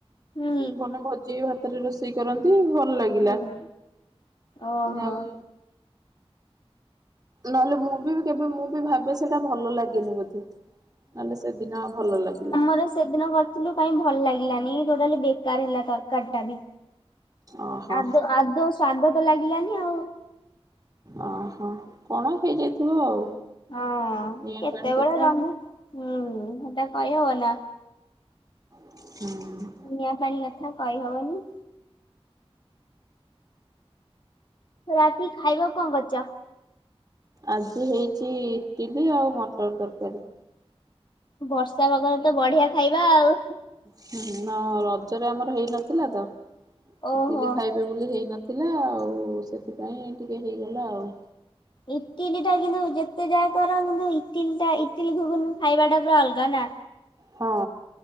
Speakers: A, on the left; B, on the right.
A: ହୁଁ
B: ଭଲ ଭୋଜିଭାତରେ ରୋଷେଇ କରନ୍ତି ଭଲ ଲାଗେ।
A: ହୁଁ
B: ଇଲା,
A: ଓହୋ
B: ଆଉ ନହେଲେ ମୁଁ ବି କେବେ ମୁଁ ବି ଭାବେ ସେଟା ଭଲ ଲାଗେନି ବୋଧେ ନହେଲେ ସେଦିନ ଭଲ ଲାଗିଲା।
A: ତାହେଲେ ସେଦିନ କଣ କରିଥିଲୁ କାଇଁ ଭଲ ଲାଗିଲାନି ଟୋଟାଲି ବେକାର ହେଲା ତରକାରୀ ଟା ବି।
B: ଓହୋ
A: ଆଦୌ ଆଦୌ ସ୍ଵାଦ ତ ଲାଗିଲାନି ଆଉ
B: ଓ ହୋ କଣ ହେଇଯାଇଥିବ ଆଉ।
A: ହଁ
B: ନିଆଁ
A: କେତେବେଳେ
B: ପାଣି କଥା
A: ରାନ୍ଧ, ହୁଁ ସେଟା କହି ହବ ନା।
B: ହୁଁ।
A: ନିଆଁ ପାଣି କଥା କହିହବନି। ରାତିକି ଖାଇବାକୁ କଣ କରିଚ?
B: ଆଜି ହେଇଚି ଇଟିଲି ଆଉ ମଟର ତରକାରୀ।
A: ବର୍ଷା ପାଗରେ ତ ବଢିଆ ଖାଇବା ଆଉ।
B: ହଁ ନା ରଜରେ ଆମର ହେଇନଥିଲା ତ,
A: ଓହୋ
B: ଇଟିଲି ଖାଇ ବି ବୋଲି ହେଇନଥିଲା, ଆଉ ସେଥିପାଇଁ ଟିକେ ହେଇଗଲା ଆଉ।
A: ଇଟିଲି ଟା କିନ୍ତୁ ଯେତେ ଯାହା କର, କିନ୍ତୁ ଇଟିଲି ଟା ଇଟିଲି ଘୁଗୁନି ଖାଇବା ଟା ପୁରା ଅଲଗା ନା।
B: ହଁ।